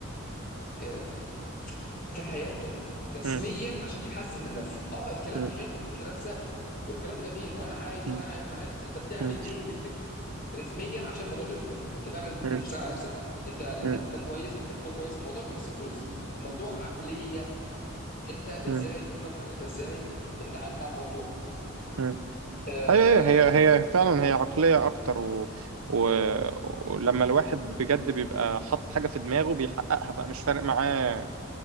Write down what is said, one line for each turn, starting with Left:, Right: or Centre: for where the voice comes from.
Left: آه، في حياته رسميا
Right: مم.
Left: عشان يحسن من نفسه اه الكلام
Right: مم.
Left: حلو والكلام سهل والكلام جميل وانا عايز
Right: مم.
Left: وانا عايز وانا عايز بس انت بتعمل
Right: مم.
Left: ايه افكت رسميا عشان الموضوع ده يظبط انت فعلا
Right: مم.
Left: بتشتغل على نفسك انت انت
Right: مم.
Left: بتنام كويس انت بتاكل كويس الموضوع مش بس فلوس الموضوع عقلية انت ازاي
Right: مم.
Left: بتفكر انت ازاي بتتعايش مع الموضوع
Right: مم.
Left: آه
Right: أيوه أيوه هي هي فعلا هي عقلية أكتر و... و... ولما الواحد بجد بيبقى حاطط حاجة في دماغه بيحققها بقى مش فارق معاه